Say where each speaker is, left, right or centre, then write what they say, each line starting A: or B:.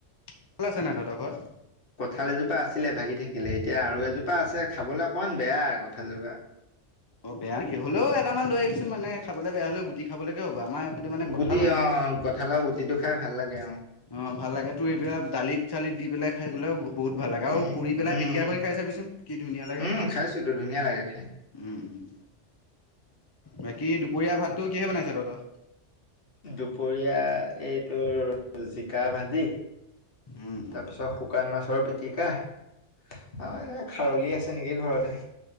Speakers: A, on the left; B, on the left.
A: কঁঠাল আছে নাই তহঁতৰ ঘৰত
B: কঠাল এজোপা আছিলে ভাগি থাকি <unintelligible> এতিয়া আৰু এজোপা আছে খাবলে অকমান বেয়া কঁঠালজোপা।
A: অ' বেয়া কি হ'লেও এটা মান লৈ আহিবিচোন মানে। খাবলৈ বেয়া হলেও গুটি খাবলৈকে হ'ব আমাৰ এইফালে মানে কঠাল
B: গুটি
A: নাই
B: অ কঁঠালৰ গুটিটো খাই ভাল লাগে
A: অ ভাল লাগে তো এইবিলাক দালিত চালিত দি পেলাই খাই পেলাইও বহুত ভাল লাগে আৰু
B: উম
A: পুৰি পেলাই
B: উম
A: পিটিকা কৰি খাই চাবিচোন কি ধুনীয়া লাগে
B: উম খাইছোতো ধুনীয়া লাগে খাই
A: উম- উম বাকী দুপৰীয়া ভাতটো কিহে বনাইছে তহতৰ।
B: দুপৰীয়া এই তোৰ জিকা ভাজি।
A: উম উম
B: তাৰপিছত শুকান মাছৰ পিটিকা অ' এনেকে খাৰলি আছে নেকি ঘৰতে।